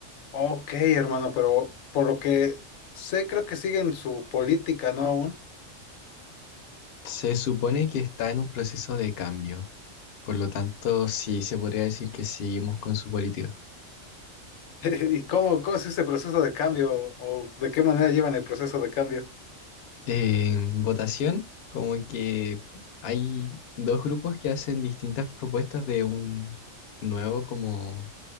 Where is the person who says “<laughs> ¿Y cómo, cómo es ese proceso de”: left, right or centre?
Left